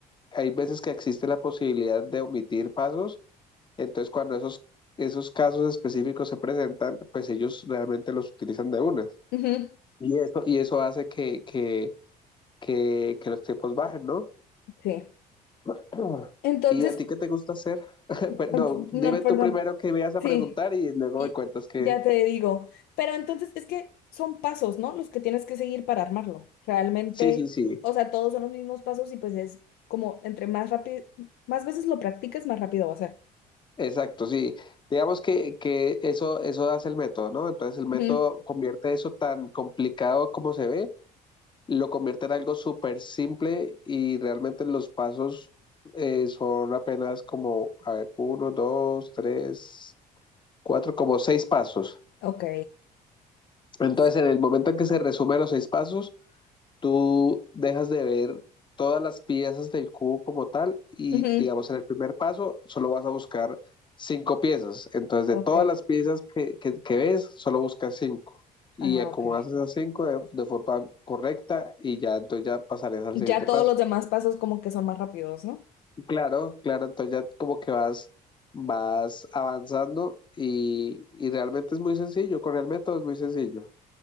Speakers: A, on the left (about 20°); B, on the left (about 50°).
A: hay veces que existe la posibilidad de omitir pasos, entonces cuando esos, esos casos específicos se presentan, pues ellos realmente los utilizan de una.
B: ujú,
A: Y eso, y eso hace que, que, que, que los tiempos bajen, ¿no?
B: sí.
A: <clears throat>
B: Entonces,
A: ¿Y a ti qué te gusta hacer? <laughs>
B: No,
A: Pues no, dime
B: no, perdón.
A: tú primero qué me vas a
B: Sí,
A: preguntar y luego
B: y
A: me cuentas que...
B: ya te digo. Pero entonces es que son pasos, ¿no? Los que tienes que seguir para armarlo. Realmente,
A: Sí, sí, sí.
B: o sea, todos son los mismos pasos y pues es como entre más rápido, más veces lo practiques, más rápido va a ser.
A: Exacto, sí. Digamos que, que eso, eso hace el método, ¿no? Entonces el método
B: Ujú,
A: convierte eso tan complicado como se ve, lo convierte en algo súper simple y realmente los pasos eh, son apenas como, a ver, uno, dos, tres, cuatro, como seis pasos.
B: Ok.
A: Entonces
B: Sí.
A: en el momento en que se resume los seis pasos, tú dejas de ver todas las piezas del cubo como tal y
B: Ujú,
A: digamos en el primer paso solo vas a buscar cinco piezas. Entonces de
B: Ok.
A: todas las piezas que, que, que ves, solo buscas cinco. Y
B: Ah,
A: acomodas
B: ok.
A: esas cinco de, de forma correcta y ya entonces ya pasarías al
B: Ya
A: siguiente
B: todos
A: paso.
B: los demás pasos como que son más rápidos, ¿no?
A: Y claro, claro, entonces ya como que vas, vas avanzando y, y realmente es muy sencillo, con el método es muy sencillo.